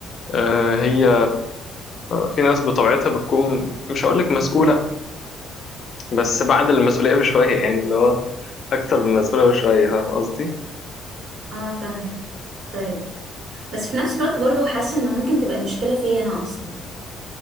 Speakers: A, on the left; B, on the right.
A: آه، هي في ناس بطبيعتها بتكون مش هقول لك مسؤولة بس بعد المسؤولية بشوية يعني اللي هو أكتر من مسؤولة بشوية فاهم قصدي؟
B: اه فاهمة طيب بس في نفس الوقت برضو حاسة ان ممكن تبقى المشكلة فيا انا اصلا